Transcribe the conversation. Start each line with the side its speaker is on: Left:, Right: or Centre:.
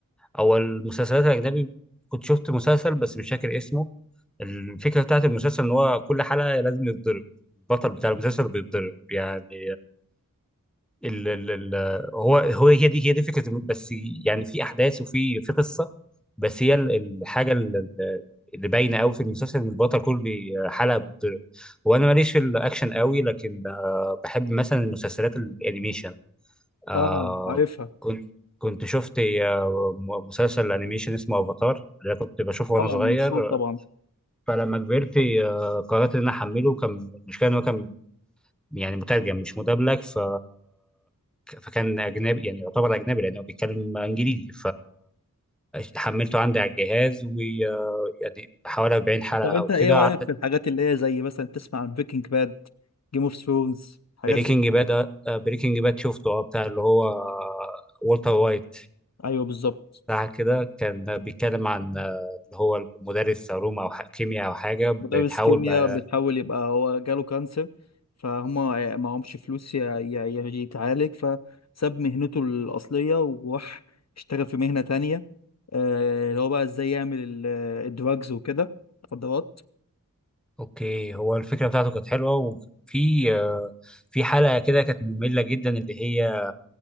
Centre: او المسلسلات الاجنبي كنت شفت مسلسل بس مش فاكر اسمه الفكره بتاعت المسلسل ان هو كل حلقه لازم يتضرب البطل بتاع المسلسل بيتضرب يعني ال ال ال هو هو هي دي هي دي فكره الم- بس يعني في احداث وفي في قصه بس هي ال- الحاجه ال- ال- اللي باينه قوي في المسلسل ان البطل كل حلقه بيتضرب وانا ماليش في الاكشن قوي لكن آه، بحب مثلا المسلسلات الانيميشن آه
Left: اه عارفها
Centre: كنت كنت شفت آه، م- مسلسل انيميشن اسمه افاتار اللي أنا كنت بشوفه وانا
Left: طبعا
Centre: صغير
Left: مشهور طبعا
Centre: فلما كبرت آه، قررت ان انا احمله كان مش كان هو كان يعني مترجم مش مدبلج ف فكان اجنبي يعني يعتبر اجنبي لانه بيتكلم انجليزي فحملته عندي على الجهاز ويعني حوالي 40
Left: طب
Centre: حلقه
Left: انت
Centre: او كده
Left: ايه رايك
Centre: قعدت
Left: في الحاجات اللي هي زي مثلا تسمع عن بريكنج باد جيم اوف ثرونز الحاجات
Centre: بريكنج
Left: دي
Centre: باد بريكنج باد شفته اه بتاع اللي هو والتر وايت
Left: ايوه بالظبط
Centre: بتاع كده كان بيتكلم عن آه، اللي هو المدرس علوم او ح- كيمياء او حاجه
Left: مدرس
Centre: بتحاول
Left: كيمياء
Centre: بقى
Left: بتحاول يبقى هو جاله كانسر فهم معهمش فلوس ي- ي- ي- يتعالج فساب مهنته الاصليه وراح اشتغل في مهنه تانية آه، اللي هو بقى ازاي يعمل ال- الدراجز وكده مخدرات
Centre: اوكي هو الفكره بتاعته كانت حلوه وفي آه، في حلقه كده كانت ممله جدا اللي هي